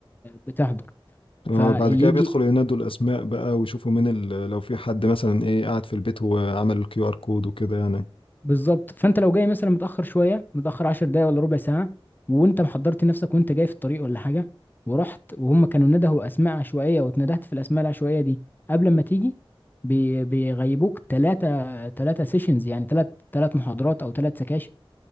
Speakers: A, on the left (about 20°); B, on the left (about 70°).
A: بتحضر
B: آه،
A: فيجي
B: بعد كده بيدخلوا ينادوا الاسماء بقى ويشوفوا مين ال... لو في حد مثلا ايه قاعد في البيت وعمل الكيو ار كود وكده يعني
A: بالظبط فانت لو جاي مثلا متأخر شوية متأخر 10 دقايق ولا ربع ساعة وانت محضرت نفسك وانت جاي في الطريق ولا حاجة ورحت وهم كانوا ندهوا اسماء عشوائية واتندهت في الاسماء العشوائية دي قبل ما تيجي بي- بيغيبوك ثلاثة ثلاثة سيشنز يعني ثلاث ثلاث محاضرات او ثلاث سكاشن